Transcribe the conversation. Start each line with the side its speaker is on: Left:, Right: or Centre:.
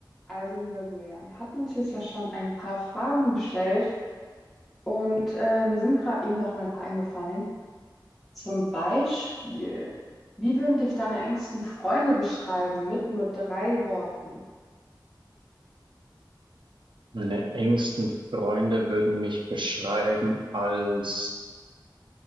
Centre: Also, lieber Julian, wir hatten uns jetzt ja schon ein paar Fragen gestellt und äh, mir sind gerade eben noch mal ein paar eingefallen. Zum Beispiel, wie würden dich deine engsten Freunde beschreiben mit nur drei Worten?
Right: Meine engsten Freunde würden mich beschreiben als